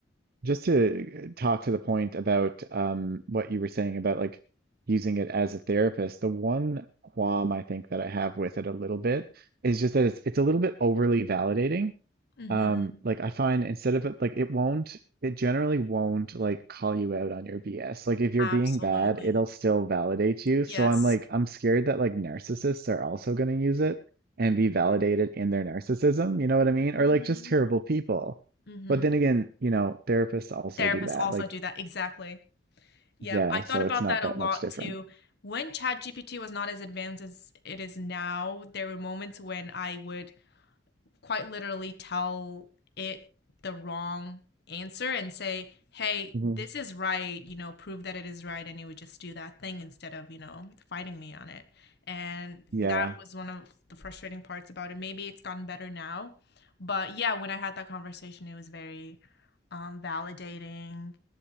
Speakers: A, on the right (about 55°); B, on the left (about 60°).
A: just to talk to the point about um, what you were saying about like using it as a therapist, the one qualm I think that I have with it a little bit is just that it's it's a little bit overly validating.
B: Mhm.
A: Um, like I find instead of it, like it won't, it generally won't like call you out on your BS. Like if you're
B: Absolutely.
A: being bad, it'll still validate you. So
B: Yes.
A: I'm like, I'm scared that like narcissists are also going to use it and be validated in their narcissism. You know what I mean? Or
B: Mhm.
A: like just terrible people.
B: Mhm.
A: But then again, you know, therapists also
B: Therapists
A: do that.
B: also
A: Like,
B: do that. Exactly. Yeah,
A: yeah,
B: I
A: so
B: thought about
A: it's not
B: that
A: that
B: a lot
A: much different.
B: too. When ChatGPT was not as advanced as it is now, there were moments when I would quite literally tell it the wrong answer and say, hey,
A: Mhm.
B: this is right, you know, prove that it is right, and it would just do that thing instead of, you know, fighting me on it. And
A: Yeah.
B: that was one of the frustrating parts about it. Maybe it's gotten better now, but yeah, when I had that conversation, it was very um, validating